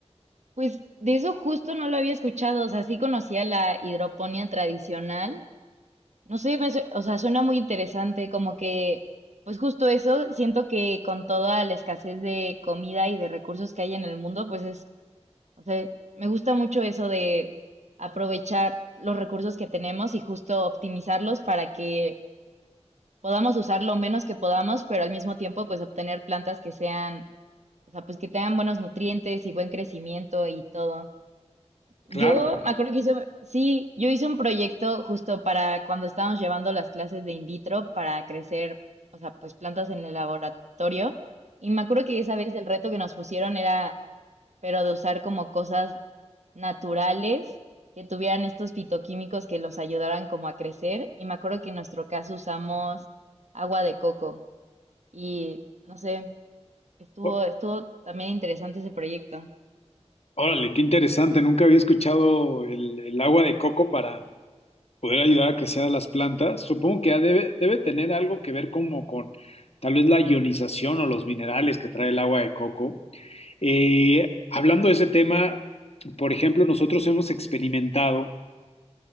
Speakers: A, on the right; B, on the left.
A: Pues de eso justo no lo había escuchado, o sea, sí conocía la hidroponía tradicional. No sé, me su- o sea, suena muy interesante, como que, pues justo eso, siento que con toda la escasez de comida y de recursos que hay en el mundo, pues es, o sea, me gusta mucho eso de aprovechar los recursos que tenemos y justo optimizarlos para que podamos usar lo menos que podamos, pero al mismo tiempo, pues obtener plantas que sean, o sea, pues que tengan buenos nutrientes y buen crecimiento y todo. Yo
B: Claro.
A: me acuerdo que hice, sí, yo hice un proyecto justo para cuando estábamos llevando las clases de in vitro para crecer, o sea, pues plantas en el laboratorio. Y me acuerdo que esa vez el reto que nos pusieron era, pero de usar como cosas naturales que tuvieran estos fitoquímicos que los ayudaran como a crecer. Y me acuerdo que en nuestro caso usamos agua de coco. Y no sé, estuvo,
B: Ó-
A: estuvo también interesante ese proyecto.
B: Órale, qué interesante. Nunca había escuchado el, el agua de coco para, poder ayudar a crecer a las plantas. Supongo que ya debe, debe tener algo que ver como con tal vez la ionización o los minerales que trae el agua de coco. Eh, hablando de ese tema, por ejemplo, nosotros hemos experimentado